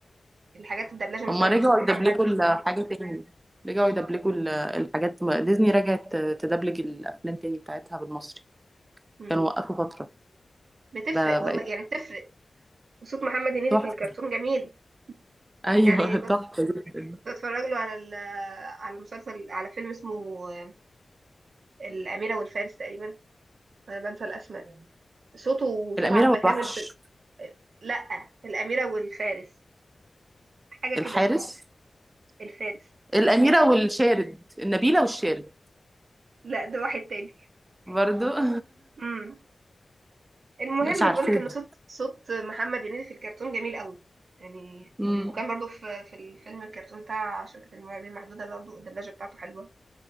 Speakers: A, on the right (about 80°); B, on the right (about 30°).
A: الحاجات الدبلجه مثلا
B: هما رجعوا
A: بصوت محمد
B: يدبلجوا الحاجة تاني رجعوا يدبلجوا ال- الحاجات ديزني رجعت تدبلج الافلام تاني بتاعتها بالمصري
A: امم
B: كانوا وقفوا فترة
A: بتفرق
B: ده بقت
A: والله يعني بتفرق وصوت محمد هنيدي
B: تحفة
A: في الكرتون جميل
B: أيوه
A: يعني كنت
B: <laughs> تحفة جدا
A: كنت اتفرج له على ال- على مسلسل على فيلم اسمه آه، الأميرة والفارس تقريبا انا بنسى الاسماء صوته وصوت
B: الأميرة
A: عبلة كامل
B: والوحش
A: في آه، لا الأميرة والفارس حاجة
B: الحارس
A: كده الفارس
B: الأميرة والشارد النبيلة والشارد
A: لا ده واحد تاني
B: برضو <laughs>
A: امم المهم
B: مش عارفة
A: بقول لك ان
B: ده
A: صوت صوت محمد هنيدي في الكرتون جميل قوي يعني
B: مم.
A: وكان برضو في في الفيلم الكرتون بتاع شركة المرعبين المحدودة برضو الدبلجة بتاعته حلوة